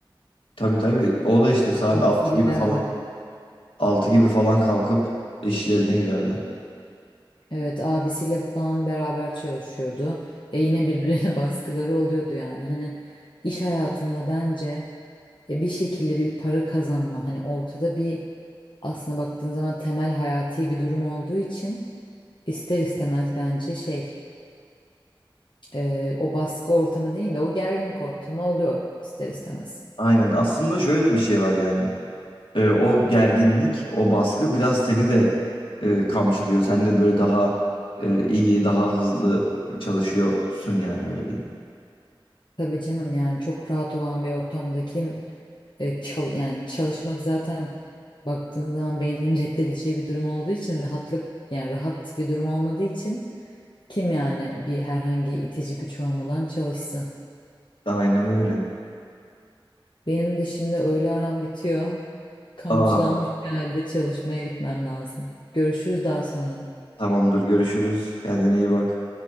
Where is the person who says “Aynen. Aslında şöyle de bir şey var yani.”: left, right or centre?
Left